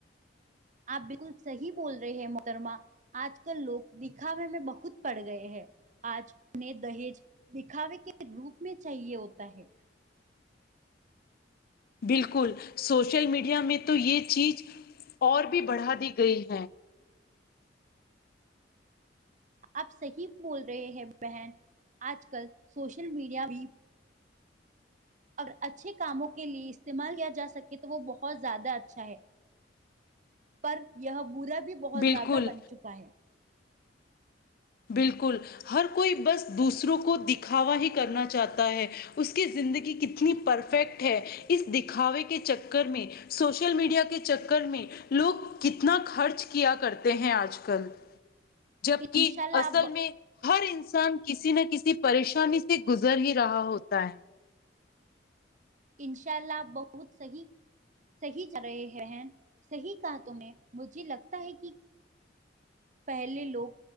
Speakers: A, on the right; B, on the left.
A: آپ بالکل صحیح بول رہے ہیں محترما آج کل لوگ دکھاوے میں بہت پڑ گئے ہیں آج نے دہیج دکھاوے کے روپ میں چاہیے ہوتا ہے
B: بالکل سوشل میڈیا میں تو یہ چیز اور بھی بڑھا دی گئی ہے
A: آپ صحیح بول رہے ہیں بہن آج کل سوشل میڈیا بھی
B: <unintelligible>
A: اگر اچھے کاموں کے لیے استعمال کیا جا سکے تو وہ بہت زیادہ اچھا ہے پر یہ برا بھی بہت
B: بالکل
A: زیادہ بن چکا ہے
B: بالکل ہر کوئی بس دوسروں کو دکھاوا ہی کرنا چاہتا ہے اس کی زندگی کتنی پرفیکٹ ہے اس دکھاوے کے چکر میں سوشل میڈیا کے چکر میں لوگ کتنا خرچ کیا کرتے ہیں آج کل جبک
A: انشاء اللہ
B: اصل
A: آپ
B: ہر انسان کسی نہ کسی پریشانی سے گزر ہی رہا ہوتا ہے
A: انشاء اللہ آپ بہت صحیح صحی کر رہے ہیں صحیح کہ تہ مجھے لگتا ہے کہ پہلے لوگ